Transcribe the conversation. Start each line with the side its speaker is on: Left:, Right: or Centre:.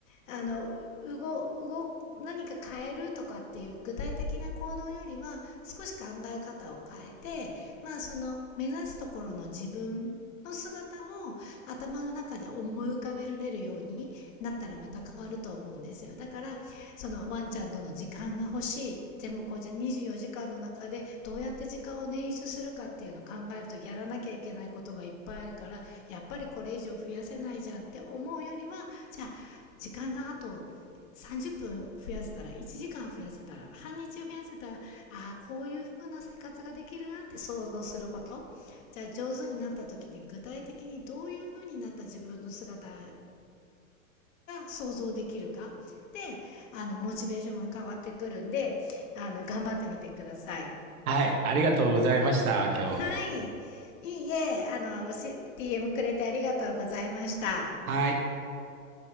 Left: あの、うご、うご、何か変えるとかっていう具体的な行動よりは、少し考え方を変えて、まあその目指すところの自分の姿を頭の中で思い浮かべられるようになったらまた変わると思うんですよ。だから、そのワンちゃんとの時間が欲しい。でもこうじゃ24時間の中でどうやって時間を捻出するかっていうのを考えるとやらなきゃいけないことがいっぱいあるからやっぱりこれ以上増やせないじゃんって思うよりはじゃあ時間があと30分増やせたら1時間増やせたら半日増やせたらああこういう風な生活ができるなって想像することじゃあ上手になった時に具体的にどういう風になった自分の姿が想像できるかであのモチベーションが変わってくるんであの頑張ってみてください。
Right: はい。ありがとうございました、今日。
Left: はいいいえあのし DM くれてありがとうございました。
Right: はい。